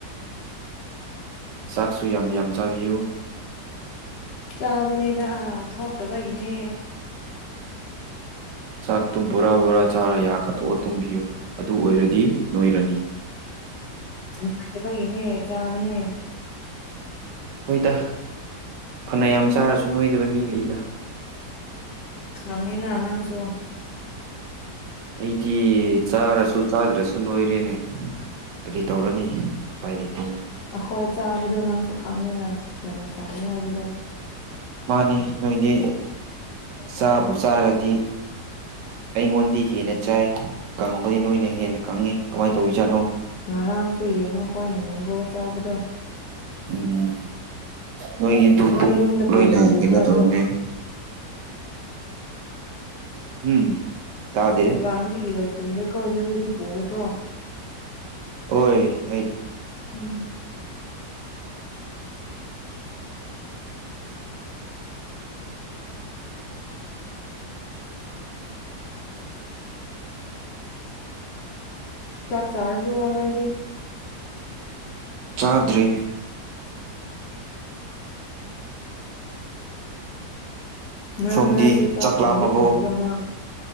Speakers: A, on the right; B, on the left.
A: ꯆꯥꯛꯁꯨ ꯌꯥꯝ ꯌꯥꯝ ꯆꯥꯕꯤꯌꯨ
B: ꯆꯥꯕꯅꯦꯗ ꯊꯣꯛꯇꯕꯒꯤꯅꯦ
A: ꯆꯥꯛꯇꯨ ꯕꯣꯔꯥ ꯕꯣꯔꯥ ꯆꯥꯔ ꯌꯥ ꯀꯥꯊꯣꯛꯑ ꯇꯨꯝꯕꯤꯌꯨ ꯑꯗꯨ ꯑꯣꯏꯔꯗꯤ ꯅꯣꯏꯔꯅꯤ
B: ꯅꯨꯡꯉꯥꯏꯇꯕꯒꯤꯅꯦ ꯆꯥꯕꯅꯦ
A: ꯍꯣꯏꯗ ꯐꯅ ꯌꯥꯝ ꯆꯥꯔꯁꯨ ꯅꯣꯏꯗꯕ ꯃꯤ ꯂꯩꯗ
B: ꯈꯪꯉꯤꯅ ꯅꯪꯁꯨ
A: ꯑꯩꯗꯤ ꯆꯥꯔꯁꯨ ꯆꯥꯗ꯭ꯔꯁꯨ ꯅꯣꯏꯔꯦꯅꯦ ꯀꯔꯤ ꯇꯧꯔꯅꯤ ꯎꯄꯥꯏ ꯂꯩꯇꯦꯅꯦ
B: ꯑꯍꯣꯏ ꯆꯥꯕꯗꯣ ꯅꯪꯁꯨ ꯈꯪꯉꯤꯅ ꯌꯥꯝ ꯆꯥꯔꯤ ꯍꯥꯏꯕꯗꯣ
A: ꯃꯥꯅꯤ ꯅꯣꯏꯗꯤ ꯆꯥꯕꯨ ꯆꯥꯔꯗꯤ ꯑꯩꯉꯣꯟꯗꯤ ꯍꯦꯟꯅ ꯆꯥꯏ ꯀꯪꯕꯗꯤ ꯅꯣꯏꯅ ꯍꯦꯟꯅ ꯈꯪꯉꯤ ꯀꯃꯥꯏꯅ ꯇꯧꯔꯤꯖꯥꯠꯅꯣ
B: ꯉꯔꯥꯡꯁꯨ ꯌꯦꯡꯉꯣ ꯈꯤꯏꯅ ꯃꯦꯡꯒꯣ ꯆꯥꯕꯗꯣ
A: ꯎꯝ ꯅꯣꯏꯒꯤꯗꯨ
B: ꯅꯣꯏ
A: ꯄꯨꯛ
B: ꯌꯨꯝꯗ
A: ꯂꯣꯏꯅ
B: ꯄꯨꯗꯤ ꯄꯨꯕ꯭ꯔꯥ
A: ꯀꯩꯅꯣ ꯇꯧꯔꯝꯅꯦ
B: ꯑꯗꯣ
A: ꯎꯝ ꯇꯥꯗꯦ
B: ꯗꯨꯀꯥꯟꯗꯤꯗꯒꯤ ꯂꯣꯏ ꯁꯤꯟꯗꯦꯀꯣ ꯌꯨꯝꯗꯗꯤ ꯄꯨꯌꯦꯀꯣ
A: ꯍꯣꯏ ꯍꯥꯏ
B: ꯎꯝ ꯆꯥꯛ ꯆꯥꯔꯕꯔꯣ ꯅꯣꯏꯗꯤ
A: ꯆꯥꯗꯔꯤ
B: ꯃꯔꯥꯛ
A: ꯁꯣꯝꯗꯤ
B: ꯃꯔꯥꯛꯗꯤ ꯆꯥꯛ ꯊꯣꯡꯗꯤ
A: ꯂꯥꯝꯃꯕꯣ
B: ꯊꯣꯡꯕ꯭ꯔꯣ ꯅꯪ